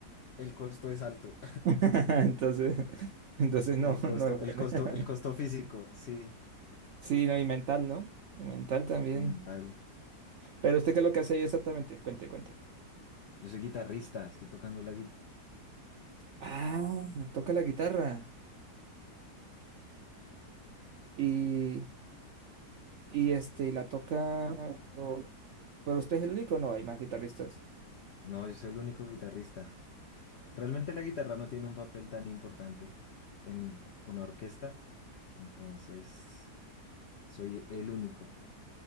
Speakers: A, on the left; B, on the right.
A: el costo es alto.
B: <laughs> Entonces, <laughs> entonces no,
A: El costo,
B: no es buena.
A: el costo,
B: <laughs>
A: el costo físico, sí,
B: Sí, no, y mental, ¿no? Y mental también.
A: y mental.
B: Pero usted qué es lo que hace ahí exactamente, cuente, cuente.
A: Yo soy guitarrista, estoy tocando la guitarra.
B: Ah, toca la guitarra. Y, y este, y la toca, pero, pero usted es el único, no, hay más guitarristas.
A: No, yo soy el único guitarrista. Realmente la guitarra no tiene un papel tan importante en una orquesta, entonces soy el único.